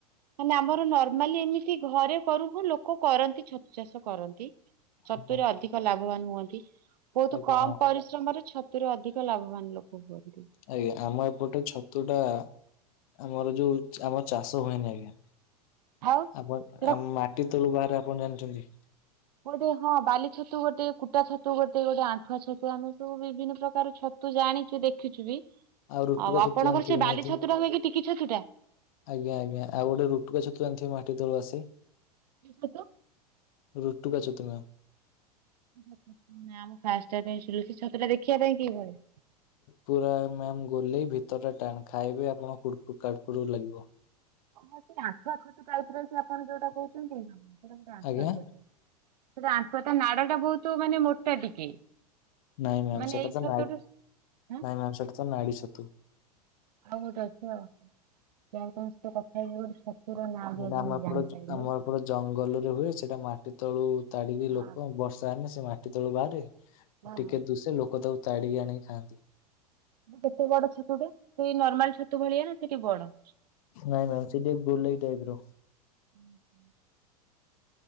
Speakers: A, on the right; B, on the left.
A: ମାନେ ଆମର ନର୍ମାଲି ଏମିତି ଘରେ କରୁ ହୁଁ ଲୋକ କରନ୍ତି ଛତୁ ଚାଷ କରନ୍ତି। ଛତୁରେ
B: ହଁ।
A: ଅଧିକ ଲାଭବାନ ହୁଅନ୍ତି। ବୋହୁତ
B: ଆଜ୍ଞା
A: କମ
B: ହଁ।
A: ପରିଶ୍ରମରେ ଛ ତୁରେ ଅଧିକ ଲାଭବାନ ଲୋକ ହୁଅନ୍ତି।
B: ଆଜ୍ଞା ଆମ ଏପଟେ ଛତୁ ଟା ଆମର ଯୋଉ ଚା ଆମର ଚାଷ ହୁଏନି ଆଜ୍ଞା।
A: ଆଉ
B: ଆପଣ
A: ସେଟା
B: ଆମ ମାଟି ତଳୁ ବାହାରେ ଆପଣ ଜାଣିଚନ୍ତି?
A: ବୋଧେ ହଁ ବାଲି ଛତୁ ଗୋଟେ କୁଟା ଛତୁ ଗୋଟେ ଗୋଟେ ଆଣ୍ଠୁଆ ଛତୁ ଆମେ ସବୁ ବିଭିନ୍ନ ପ୍ରକାର ଛତ ତୁ ଜାଣିଚୁ ଦେଖିଚୁ ବି ଆଉ
B: ରୁଟୁକା ଛତୁ
A: ଆପଣଙ୍କର
B: ଜାଣିଥିବେ
A: ସେଇ
B: ନିହାତି।
A: ବାଲି ଛତୁ ଟା ହୁଏ କି ଟିକି ଛତୁ ଟା?
B: ଆଜ୍ଞା ଆଜ୍ଞା ଆଉ ଗୋଟେ ରୁଟୁକା ଛତୁ ଜାଣିଥିବେ ମାଟି ତଳୁ ଆସେ?
A: କି ଛତୁ?
B: ରୁଟୁକା ଛତୁ ମ୍ୟାମ।
A: ରୁଟୁକା ଛତୁ ନା ମୁଁ ଫାଷ୍ଟ ଟାଇମ ପାଇଁ ଶୁଣିଲି। ସେ ଛତୁଟା ଦେଖିବା ପାଇଁ କିଭଳି?
B: ପୁରା ମ୍ୟାମ ଗଲେଇ ଭିତର ଟା ଟାଣ। ଖାଇବେ ଆପଣ କୁଡ୍ କୁଡ୍ କାଡ୍ କୁଡ୍ ଲାଗିବ।
A: ହଁ ସେ ଆଣ୍ଡୁଆ ଛତୁ ଟାଇପ ର ସେ ଆପଣ ଯୋଉଟା କୋହୁଚନ୍ତି। ନା ସେଟା ବୋଧେ ଆଣ୍ଡୁଆ
B: ଆଜ୍ଞା
A: ଛତୁ। ସେଟା ଆଣ୍ଡୁଆ ତା ନାଡ ଟା ବୋହୁତ ମାନେ ମୋଟା ଟିକେ।
B: ନାଇଁ ମ୍ୟାମ୍
A: ମାନେ
B: ସେଟାତ
A: ଏଇ ଛୋଟଠୁ
B: ନା ନାଇଁ
A: ଆଁ
B: ମ୍ୟାମ୍ ସେଟା ତ ନାଡ଼ି ଛତୁ।
A: ଆଉ ଗୋଟେ ଅଛି ଆଉ କଣ ଯାହା ହୋଉ ତମ ସହିତ କଥା ହେଇକି ଗୋଟେ ଛତୁର ନା ବି
B: ହେଲେ
A: ଆଜି
B: ଆମ
A: ମୁଁ
B: ଏପଟ
A: ଜାଣି ପାଇଲି।
B: ଆମ ଏପଟ ଜଙ୍ଗଲରେ ହୁଏ। ସେଟା ମାଟି ତଳୁ ତାଡିକି ଲୋକ
A: ହଁ
B: ବର୍ଷା ହେନେ ସେ ମାଟି ତଳୁ ବାହାରେ।
A: ହଁ
B: ଟିକେ
A: ହଁ।
B: ଦୁସେ ଲୋକ ତାକୁ ତାଡିକି ଆଣି ଖାଆନ୍ତି।
A: ମାନେ କେତେ ବଡ ଛତୁ ଟେ ସେଇ ନର୍ମାଲ ଛତୁ ଭଳିଆ ନା ଟିକେ ବଡ?
B: ନାଇଁ ମ୍ୟାମ ସେ ଟିକେ ଗୋଲେଇ ଟାଇପ ର।
A: ଉହୁଁ।